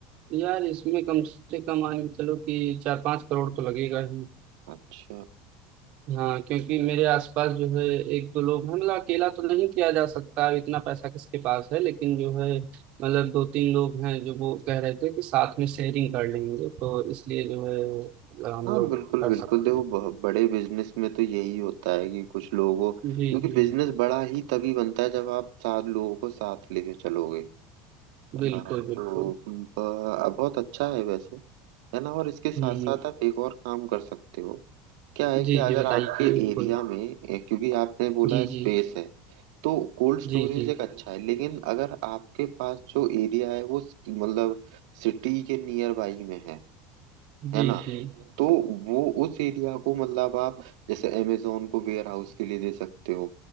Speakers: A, on the right; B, on the right.
A: यार इसमें कम से कम मान के चलो कि चार पांच करोड़ तो लगेगा ही
B: अच्छा
A: हाँ क्योंकि मेरे आसपास जो है एक दो लोग हैं मतलब अकेला तो नहीं किया जा सकता इतना पैसा किसके पास है लेकिन जो है मतलब दो तीन लोग हैं जो वो कह रहे थे कि साथ में शेयरिंग कर लेंगे तो इसलिए जो है मतलब हम
B: हाँ
A: लोग
B: बिल्कुल
A: कर
B: बिल्कुल
A: सकते
B: देखो
A: हैं
B: ब- बड़े बिजनेस में तो यही होता है कि कुछ लोगों क्योंकि
A: जी जी
B: बिजनेस बड़ा ही तभी बनता है जब आप सात लोगों को साथ लेके चलोगे है
A: बिल्कुल
B: ना तो
A: बिल्कुल
B: अ, बहुत अच्छा है वैसे है ना और इसके साथ
A: हम्म
B: साथ आप एक और काम कर सकते हो क्या है
A: जी
B: कि
A: जी
B: अगर
A: बताइए
B: आपके
A: बिल्कुल
B: एरिया में ए, क्योंकि आपने बोला
A: जी जी
B: स्पेस है तो कोल्ड स्टोरेज
A: जी जी
B: एक अच्छा है लेकिन अगर आपके पास जो एरिया है वो मतलब सिटी के नियर बाई में है
A: जी
B: है ना
A: जी
B: तो वो उस एरिया को मतलब आप जैसे अमेजोन को वेयर हाउस के लिए दे सकते हो